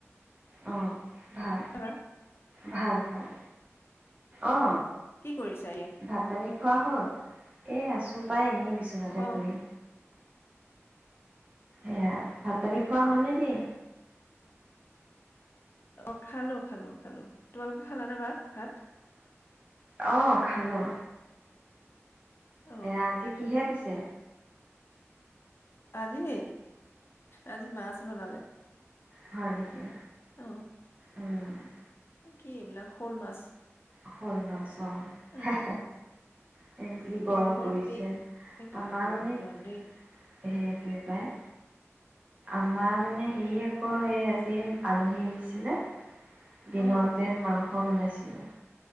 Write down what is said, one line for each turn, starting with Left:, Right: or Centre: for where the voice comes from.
Right: অ ভাল
Left: এবাৰ
Right: ভাল ভাল অ
Left: কি কৰিছা এতিয়া
Right: ভাতপানী খোৱা হ'ল এ আছো পাই এনেই বিছনাতে
Left: অ
Right: পৰি এয়া ভাত পানী খোৱা হ'ল নে কি
Left: অ খালো খালো খালো তোমালোকে খালানে বাত ভাত
Right: অ খালো
Left: অ
Right: এইয়া, আজি কিহে পিছে?
Left: আজি, আজি মাছ বনালে
Right: হয় নেকি?
Left: অ
Right: উম-
Left: কি এইবিলাক, শ'ল মাছ?
Right: শ'ল মাছ অ
Left: উম
Right: হে হে যি গৰম
Left: তোমালোকৰ
Right: পৰিছিল
Left: কি এই বা
Right: আমাৰ
Left: বহুত
Right: মানে
Left: গৰম
Right: সেইটোৱে
Left: দেই
Right: পাই, আমাৰ মানে হেৰি আকৌ এই আজি আলহি আহিছিলে। দিনতে
Left: অ
Right: মাংস মই বনাইছিলোঁ।